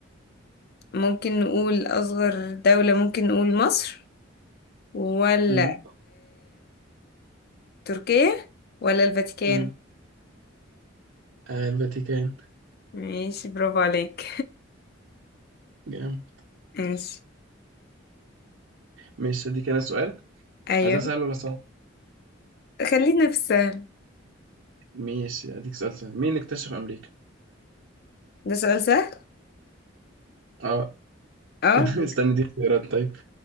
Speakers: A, on the left; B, on the right.
A: ممكن نقول اصغر دولة ممكن نقول مصر ولا
B: مم.
A: تركيا ولا الفاتيكان
B: مم. آه الفاتيكان
A: ماشي برافو عليك
B: جامد.
A: <laughs> ماشي
B: ماشي دي كان السؤال
A: ايوه
B: عايز اساله مثلا
A: خلينا في السهل
B: ماشي اديك سؤال سهل مين اللي اكتشف امريكا
A: ده سؤال سهل
B: اه
A: اه
B: <laughs> استنى دي اختيارات طيب